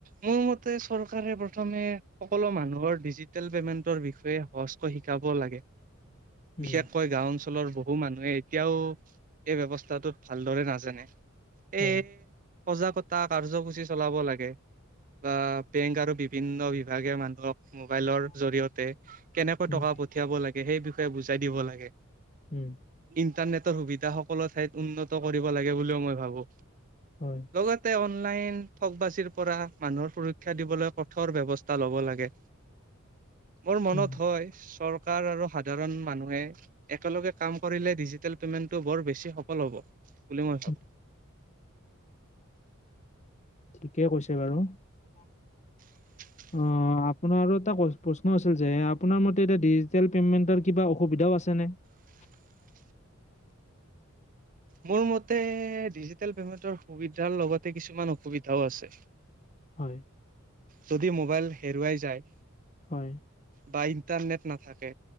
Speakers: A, on the right; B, on the left.
A: মোৰ মতে চৰকাৰে প্ৰথমে সকলো মানুহৰ ডিজিটেল পেমেন্টৰ বিষয়ে সহজ ক শিকাব লাগে
B: উম,
A: বিশেষকৈ গাওঁ অন অঞ্চলৰ বহু মানুহে এতিয়াও এই ব্যৱস্থাটোত ভালদৰে নাজানে।
B: হয়।
A: এ সজাগতা কাৰ্য্যসূচী চলাব লাগে। বা বেংক আৰু বিভিন্ন বিভাগে মানুহক মোবাইলৰ জৰিয়তে কেনেকৈ
B: উম,
A: টকা পঠিয়াব লাগে সেই বিষয়ে বুজাই দিব লাগে।
B: উম।
A: উম ইণ্টাৰনেট সুবিধা সকলো ঠাই উন্নত কৰিব লাগে বোলিও মই ভাবো
B: হয়,
A: লগতে অন অনলাইন ঠগ বাচিৰ পৰা মানুহৰ সুৰক্ষা দিবলৈ কঠোৰ ব্যৱস্থা লব লাগে। মোৰ মনত
B: উম,
A: হয় চৰকাৰ। আৰু সাধাৰণ মানুহে একেলগে কাম কৰিলে ডিজিটেল পেমেন্টটো বৰ বেছি সফল হব। বুলি মই
B: উম,
A: ভাবো।
B: ঠিকেই কৈছে বাৰু।
A: উ <unintelligible>
B: অ' আপোনাৰ এটা প্ৰশ্ন আছিল যে আপোনাৰ মতে এতিয়া ডিজিটেল পেমেণ্টৰ কিবা অসুবিধাও আছে। ানে <unintelligible>
A: <unintelligible> মোৰ মতে ডিজিটেল পেমেণ্টৰ সুবিধাৰ লগতে কিছুমান অসুবিধাও আছে।
B: হয়।
A: যদি মোবাইল হেৰুৱাই যায়।
B: হয়।
A: বা ইণ্টাৰনেট নাথাকে